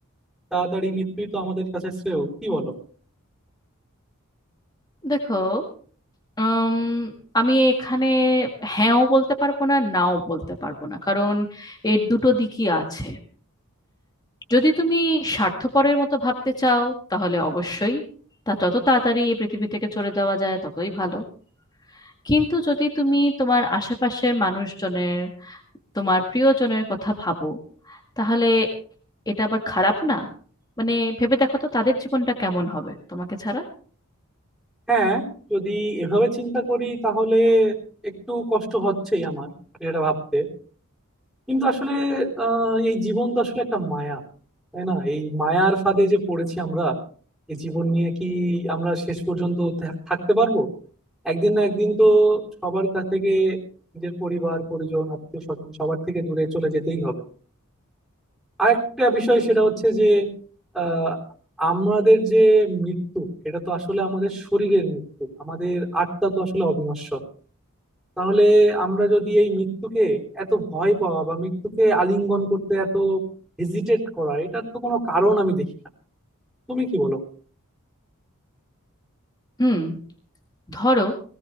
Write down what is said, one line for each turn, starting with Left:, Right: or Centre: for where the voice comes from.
Centre: তাড়াতাড়ি মৃত্যুই তো আমাদের কাছে শ্রেয় কি বলো
Left: দেখো উম, আমি এখানে হ্যাঁও বলতে পারবো না নাও বলতে পারবো না কারণ এর দুটো দিকই আছে যদি তুমি স্বার্থপরের মতো ভাবতে চাও তাহলে অবশ্যই তা যত তাড়াতাড়ি এই পৃথিবী থেকে চলে যাওয়া যায় ততই ভালো কিন্তু যদি তুমি তোমার আশেপাশের মানুষজনের তোমার প্রিয়জনের কথা ভাবো তাহলে এটা আবার খারাপ না মানে ভেবে দেখো তো তাদের জীবনটা কেমন হবে তোমাকে ছাড়া
Centre: হ্যাঁ যদি এভাবে চিন্তা করি তাহলে একটু কষ্ট হচ্ছেই আমার এটা ভাবতে কিন্তু আসলে আহ, এই জীবন তো আসলে একটা মায়া তাই না এই মায়ার ফাঁদে যে পড়েছি আমরা এই জীবন নিয়ে কি আমরা শেষ পর্যন্ত থা- থাকতে পারবো একদিন না একদিন তো সবার কাছ থেকে নিজের পরিবার পরিজন আত্মীয় স্বজন সবার থেকে দূরে চলে যেতেই হবে আর একটা বিষয় সেটা হচ্ছে যে আহ আমাদের যে মৃত্যু এটা তো আসলে আমাদের শরীরের মৃত্যু আমাদের আত্মা তো আসলে অবিনশ্বর তাহলে আমরা যদি এই মৃত্যুকে এত ভয় পাওয়া বা মৃত্যুকে আলিঙ্গন করতে এত হেজিটেট করা এটার তো কোনো কারণ আমি দেখি না তুমি কি বলো
Left: হুম ধরো